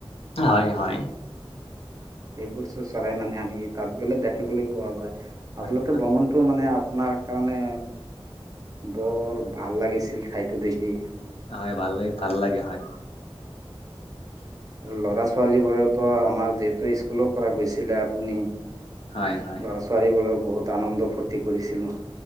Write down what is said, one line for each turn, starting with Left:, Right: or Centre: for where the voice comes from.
Left: হয় হয়।
Right: এইবোৰটো চৰাই মানে আমি তাত গ'লে দেখিবলৈ পোৱা যায়।
Left: হয়
Right: আচলতে ব্ৰমনটো মানে আপোনাৰ কাৰণে বৰ ভাল লাগিছিল ঠাইতো দেখি।
Left: হয়, ভাল লাগে ভাল লাগে, হয়।
Right: আৰু ল'ৰা ছোৱালী বোৰেতো আমাৰ যিহেতু স্কুলৰ পৰা গৈছিলে। আপুনি ল'ৰা
Left: হয় হয়
Right: ছোৱালীবোৰেও বহুত আনন্দ ফূৰ্তি কৰিছিল।